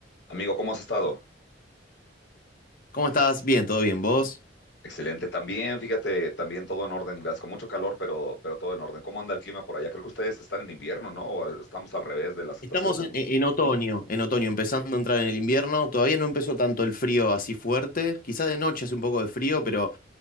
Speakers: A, on the left; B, on the left.
A: Amigo, ¿cómo has estado?
B: ¿Cómo estás? Bien, todo bien. ¿Vos?
A: Excelente. También, fíjate, también todo en orden, gracias. Con mucho calor, pero, pero todo en orden. ¿Cómo anda el clima por allá? Creo que ustedes están en invierno, ¿no? O Estamos al revés de las estaciones,
B: Estamos en,
A: ¿no?
B: en otoño, en otoño, empezando a entrar en el invierno. Todavía no empezó tanto el frío así fuerte. Quizá de noche hace un poco de frío, pero